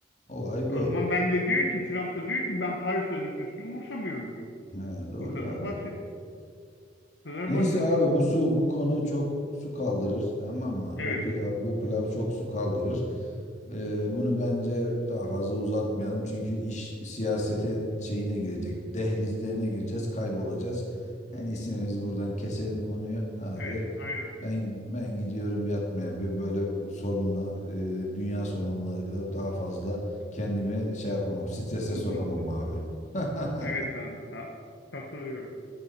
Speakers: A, on the left; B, on the left.
A: Olay bu.
B: O zaman ben de diyor ki Trump da diyor ki ben Paris Sözleşmesi'ni umursamıyorum diyor.
A: He, doğru
B: Bu kadar
A: abi.
B: basit. Bu kadar
A: Neyse
B: basit.
A: abi bu su bu konu çok su kaldırır tamam mı?
B: Evet.
A: Bu pilav bu pilav çok su kaldırır. Ee, bunu bence daha fazla uzatmayalım çünkü iş siyasetin şeyine girecek. Dehlizlerine gireceğiz, kaybolacağız. En iyisi biz buradan keselim konuyu abi.
B: Evet. Aynen.
A: Ben ben gidiyorum yatmaya. Bir böyle bu sorunla e, dünya sorunlarıyla daha fazla kendimi şey yapamam. Strese
B: <laughs>
A: sokamam abi. <laughs>
B: Evet abi. Ha, katılıyorum.